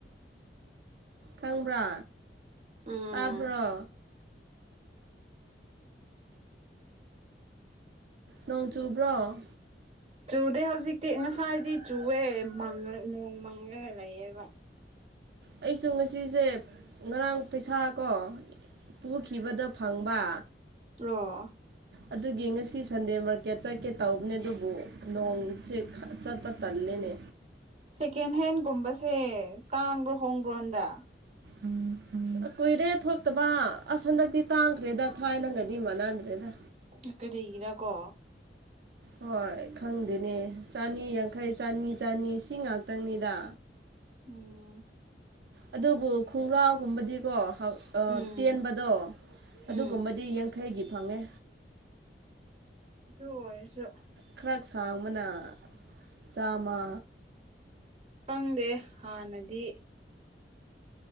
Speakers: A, on the right; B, on the right.
A: ꯈꯪꯕ꯭ꯔꯥ
B: ꯎꯝ
A: ꯇꯥꯕ꯭ꯔꯣ ꯅꯣꯡ ꯆꯨꯕ꯭ꯔꯣ꯫
B: ꯆꯨꯗꯦ ꯍꯧꯖꯤꯛꯇꯤ ꯉꯁꯥꯏꯗꯤ ꯆꯨꯋꯦ ꯅꯣꯡ ꯃꯪꯂꯒ ꯂꯩꯌꯦꯕ
A: ꯑꯩꯁꯨ ꯉꯁꯤꯁꯦ ꯉꯔꯥꯡ ꯄꯩꯁꯥꯀꯣ ꯄꯨꯈꯤꯕꯗꯣ ꯐꯪꯕ
B: ꯇ꯭ꯔꯣ <unintelligible>
A: ꯑꯗꯨꯒꯤ ꯉꯁꯤ ꯁꯟꯗꯦ ꯃꯥꯔꯀꯦꯠ ꯆꯠꯀꯦ ꯇꯧꯕꯅꯦ ꯑꯗꯨꯕꯨ ꯅꯣꯡꯁꯦ ꯆꯠꯄ ꯇꯜꯂꯦꯅꯦ
B: ꯁꯦꯀꯦꯟ ꯍꯦꯟꯒꯨꯝꯕꯁꯦ ꯇꯥꯡꯕ꯭ꯔꯣ ꯍꯣꯡꯕ꯭ꯔꯣ ꯍꯟꯗꯛ
A: ꯎꯝ ꯀꯨꯏꯔꯦ ꯊꯣꯛꯇꯕ ꯑꯁ ꯍꯟꯗꯛꯇꯤ ꯇꯥꯡꯈ꯭ꯔꯦꯗ ꯊꯥꯏꯅ ꯉꯩꯗꯤ ꯃꯥꯟꯅꯗ꯭ꯔꯦꯗ
B: ꯑꯥ ꯀꯔꯤꯒꯤꯔ ꯀꯣ
A: ꯍꯣꯏ ꯈꯪꯗꯦꯅꯦ ꯆꯅꯤ ꯌꯥꯡꯈꯩ ꯆꯅꯤ ꯆꯅꯤ ꯁꯤ ꯉꯥꯛꯇꯪꯅꯤꯗ
B: ꯎꯝ
A: ꯑꯗꯨꯕꯨ ꯈꯣꯡꯒ꯭ꯔꯥꯎꯒꯨꯝꯕꯗꯤ ꯀꯣ ꯑꯥ
B: ꯎꯝ
A: ꯇꯦꯟꯕꯗꯣ ꯑꯗꯨꯒꯨꯝꯕꯗꯤ
B: ꯎꯝ
A: ꯌꯥꯡꯈꯩꯒꯤ ꯐꯪꯉꯦ꯫
B: ꯑꯗꯨ ꯑꯣꯏꯔꯁꯨ꯫
A: ꯈꯔ ꯁꯥꯡꯕꯅ ꯆꯥꯃ꯫
B: ꯈꯪꯗꯦ ꯍꯥꯟꯅꯗꯤ꯫